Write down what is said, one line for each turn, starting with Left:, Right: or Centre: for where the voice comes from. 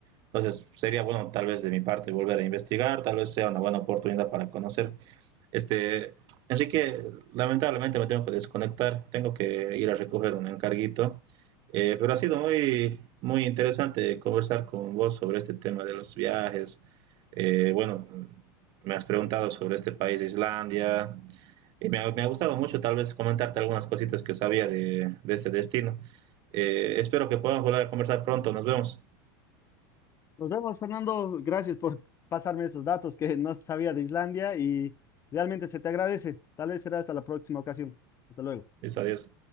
Right: Entonces sería bueno tal vez de mi parte volver a investigar, tal vez sea una buena oportunidad para conocer. Este, Enrique, lamentablemente me tengo que desconectar, tengo que ir a recoger un encarguito, eh, pero ha sido muy, muy interesante conversar con vos sobre este tema de los viajes. Eh, bueno, me has preguntado sobre este país, Islandia, y me ha, me ha gustado mucho tal vez comentarte algunas cositas que sabía de, de este destino. Eh, espero que podamos volver a conversar pronto. Nos vemos.
Left: Nos vemos, Fernando. Gracias por pasarme esos datos que no sabía de Islandia y realmente se te agradece. Tal vez será hasta la próxima ocasión. Hasta luego.
Right: Listo, adiós.